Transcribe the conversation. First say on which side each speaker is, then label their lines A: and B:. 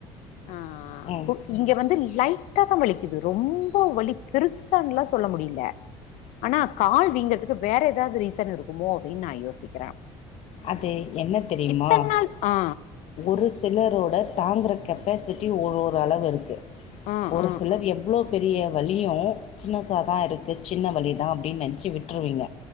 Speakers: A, on the left; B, on the left.
A: ஆ
B: ம்.
A: கு இங்க வந்து லை ட்டா தா வலிக்குது ரொம்ப வலி பெருசான்லா சொ சொல்ல முடிய்ல ஆனா கால் வீங்கறத்துக்கு வேற எதாவ்து ரீசன் இருக்குமோ அப்டின் நா யோசிக்கிறே
B: அது என்ன தெரியுமா
A: இத்தன நாள் ஆ
B: ஒரு சிலரோட தாங்குற கெப்பாசிட்டி ஒரு ஒரு அளவு இருக்கு
A: ஆ
B: ஒரு
A: ஆ
B: சிலர்
A: ஆ
B: எவ்ளோ பெரிய வலியு சின்னசா
A: ம்.
B: தா இருக்கு சின்ன வலி தா அப்டின் நெனச்சு விட்ருவீங்க